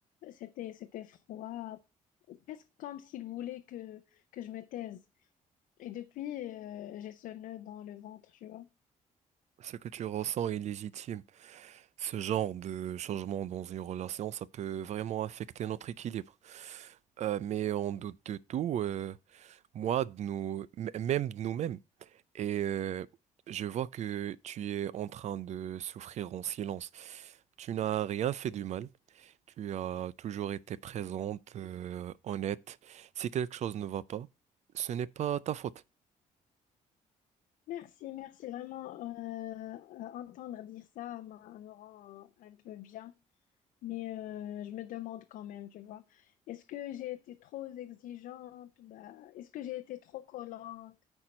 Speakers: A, on the left; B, on the right.
A: C'était, c'était froid, presque comme s'il voulait que, que je me taise. Et depuis, euh, j'ai ce nœud dans le ventre, tu vois.
B: Ce que tu ressens est légitime. Ce genre de changement dans une relation, ça peut vraiment affecter notre équilibre. Euh, mais on doute de tout. euh, moi, de nous, m- même de nous-mêmes. Et euh, je vois que tu es en train de souffrir en silence. Tu n'as rien fait du mal. Tu as toujours été présente, euh, honnête. Si quelque chose ne va pas, ce n'est pas ta faute.
A: Merci, merci. Vraiment, euh, euh, entendre dire ça m'a- me rend euh, un peu bien. Mais euh, je me demande quand même, tu vois, est-ce que j'ai été trop exigeante? Bah, est-ce que j'ai été trop collante?